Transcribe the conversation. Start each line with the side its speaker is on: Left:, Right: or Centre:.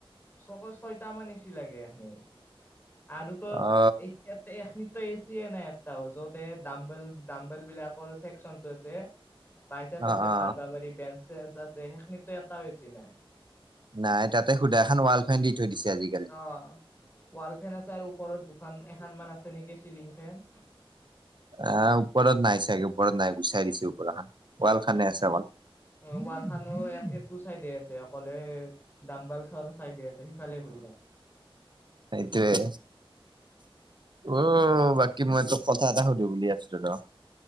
Left: ছশ ছয়টা মান এছি লাগে এইখিনিত, আৰুতো
Right: অ
Left: এইতাত- এখিনিতো এচিয়ে নাই এটাও, য'তে দাম্বেল, দাম্বেল বিলাকৰ ছেকচন টো আছে। বাইচা চাইছা
Right: অ অ
Left: মাৰিবা পাৰি, বেঞ্চ চেঞ্চ আছে। সেইখিনিতো এটাও এচি নাই।
Right: নাই, তাতে সুদা এখন ৱাল ফেন দি থৈ দিছে আজি।
Left: অ', ৱাল ফেন আছে আৰু ওপৰত দুখন এখন মান আছে নেকি চিলিং ফেন।
Right: আহ্, ওপৰত নাই চাগে। ওপৰত নাই গুচাই দিছে, ওপৰখন ৱাল খনে আছে অল-
Left: ৱালখনো এইটো চাইডে আছে, অকলে দাম্বাল খন। চাইদে আছে, সিফালে ঘূৰি যায়।
Right: সেইতোৱে। উম্, বাকী মই তোক কথা এটা সুধো বুলি আছিলোঁ ৰ।